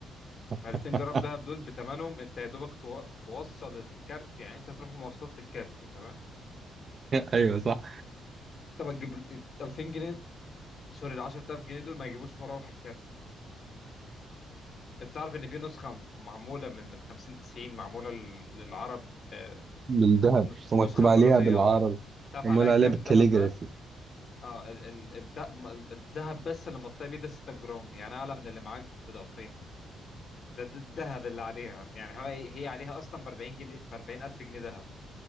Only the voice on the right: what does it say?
<laughs>
ايوه صح
بالذهب
ومكتوب
عليها
بالعربي
معمول
عليها
بالكاليجرافي